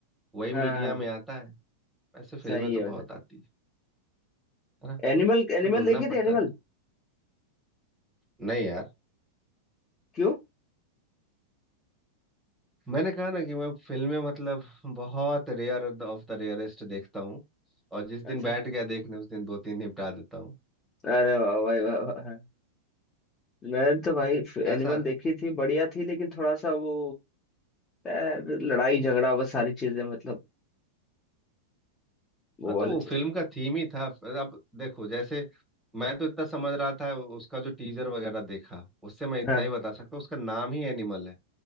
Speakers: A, in the centre; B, on the left (about 20°).
A: वही मीडिया
B: हाँ हाँ,
A: में आता है वैसे फिल्में
B: सही
A: तो
B: है
A: बहुत आती है है ना
B: एनिमल एनिमल
A: ढूंढना
B: देखी
A: पड़ता
B: थी एनिमल
A: है नहीं यार
B: क्यों
A: मैंने कहा ना कि मैं फिल्में मतलब बहुत रेयर ऑफ द रेयरेस्ट देखता हूँ और जिस
B: अच्छा
A: दिन बैठ गया देखने उस दिन दो तीन निपटा देता हूँ
B: अरे वाह भाई वाह वाह वाह। मैंने तो भाई
A: ऐसा
B: एनिमल देखी थी बढ़िया थी लेकिन थोड़ा सा वो यार, लड़ाई झगड़ा बस सारी चीजें मतलब वो
A: हाँ तो
B: वाले
A: वो
B: चीज
A: फिल्म का थीम ही था अब देखो जैसे मैं तो इतना समझ रहा था उसका जो टीजर वगैरह देखा उससे मैं इतना
B: हाँ
A: ही बता सकता हूँ उसका नाम ही एनिमल है